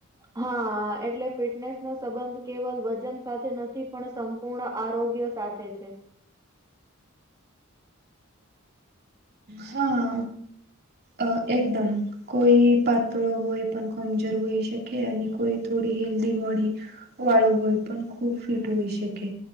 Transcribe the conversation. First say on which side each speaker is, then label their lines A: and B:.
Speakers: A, on the right; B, on the right.
A: હા એટલે ફિટનેસ નો સંબંધ કેવલ વજન સાથે નથી પણ પૂર્ણ આરોગ્ય સાથે છે.
B: હા અ એકદમ. કોઈ પાતળો હોય પણ કમજોર હોય શકે અને કોઈ થોડી હેલ્દી બોડી વાળો હોય પણ ખૂબ ફિટ હોઈ શકે.